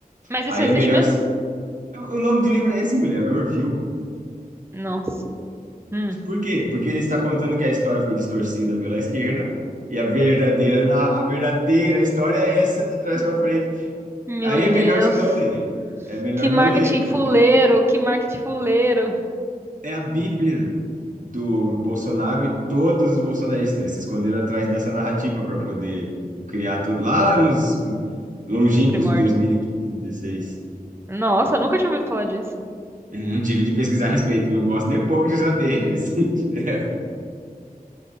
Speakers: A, on the right; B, on the right.
A: Mas
B: Aí
A: isso existe
B: é melhor
A: mesmo?
B: O nome do livro é esse, mulher, Orville.
A: Nossa. Hum.
B: Por quê? Porque ele está contando que a história foi distorcida pela esquerda e a verdadeira, na- a verdadeira história é essa de trás para frente.
A: Meu
B: Aí
A: Deus.
B: é melhor você não ler. É melhor
A: Que marketing
B: não ler. então,
A: fuleiro,
B: tipo,
A: que marketing fuleiro.
B: É a Bíblia do Bolsonaro e todos os bolsonaristas. Eles se esconderam atrás dessa narrativa para poder criar tudo lá nos longínquos
A: Nos primórdios.
B: 2015, 16.
A: Nossa, eu nunca tinha ouvido falar disso.
B: Eu tive de pesquisar a respeito, não gosto nem um pouco de saber. <laughs> assim, é